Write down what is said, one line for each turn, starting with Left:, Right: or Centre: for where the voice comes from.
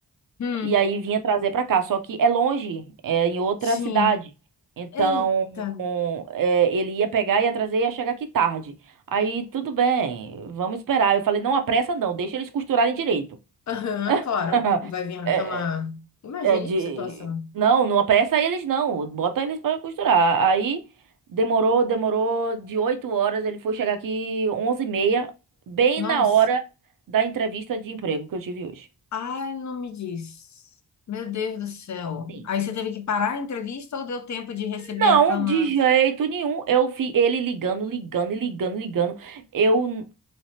Left: Hum,
Right: E aí vinha trazer pra cá. Só que é longe, é em outra
Left: sim.
Right: cidade. Então,
Left: Eita.
Right: um, é, ele ia pegar, ia trazer, ia chegar aqui tarde. Aí, tudo bem, vamos esperar. Eu falei, não apressa não, deixa eles costurarem direito.
Left: Aham, claro.
Right: <laughs>
Left: Vai vir a
Right: É,
Left: cama. Imagine
Right: é de...
Left: que situação.
Right: Não, não apressa eles não, bota eles pra costurar. Aí, demorou, demorou, de 8 horas, ele foi chegar aqui onze e meia, bem
Left: Nossa.
Right: na hora da entrevista de emprego que eu tive hoje.
Left: Ai, não me diz. Meu Deus do céu.
Right: Sim.
Left: Aí você teve que parar a entrevista ou deu tempo de receber
Right: Não,
Left: a cama
Right: de
Left: antes?
Right: jeito nenhum. Eu vi ele ligando, ligando e ligando, ligando. Eu.